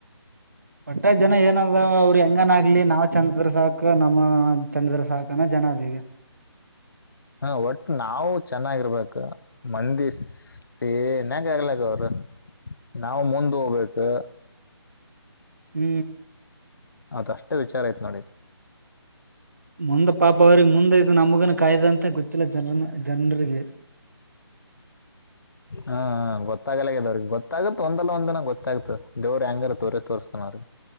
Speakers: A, on the right; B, on the left.
A: ಪಟ್ಟ ಜನ ಏನದ ಅವ್ರ ಹೆಂಗನ್ ಇಲ್ಲಿ ನಾವ್ ಚಂದದ್ರ ಸಾಕ ನಮ್ಮ ಚಂದದ್ರ ಸಾಕನ ಜನ ಅದಗ
B: ಹ ಒಟ್ ನಾವು ಚೆನ್ನಾಗಿರ್ಬೇಕ ಮಂದಿ ಸೇನ್ಯಾಕ ಆಗ್ಲಕ್ಕ ಅವ್ರ ನಾವು ಮುಂದ ಹೋಗ್ಬೇಕು.
A: ಹ್ಮ್
B: ಅದ ಅಷ್ಟೇ ವಿಚಾರ ಆಯ್ತ ನೋಡಿ. <inaudible>
A: ಮುಂದೆ ಪಾಪ ಅವ್ರಿಗೆ ಮುಂದೆ ಇದು ನಮಗನ ಕಾಯ್ದ ಅಂತ ಗೊತ್ತಿಲ್ಲ ಜನರನ ಜನ್ರಿಗೆ
B: ಹಾ ಹ ಗೊತ್ ತಗಲಗದವ್ರಿಗೆ ಗೊತ್ತಾಗುತ್ತ ಒಂದಲ್ಲ ಒಂದ್ ದನ ಗೊತ್ತಾಗ್ತ ದೇವ್ರರು ಹೆಂಗಾರ ತೋರಿಸ ತೋರ್ತಾನ ಅವ್ರಿಗೆ.